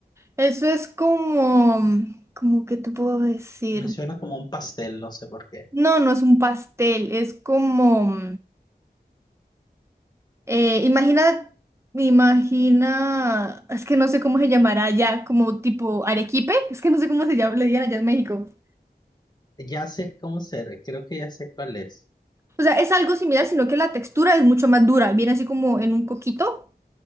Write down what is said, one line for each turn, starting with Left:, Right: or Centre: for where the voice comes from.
Right: Eso es como... ¿Cómo que te puedo decir?
Left: Me suena como un pastel, no sé por qué.
Right: No, no es un pastel, es como... Eh, imagina, imagina, es que no sé cómo se llamará allá, como tipo arequipe, es que no sé cómo se llama, le digan allá en México.
Left: Ya sé cómo ser, creo que ya sé cuál es.
Right: O sea, es algo similar, sino que la textura es mucho más dura, viene así como en un coquito,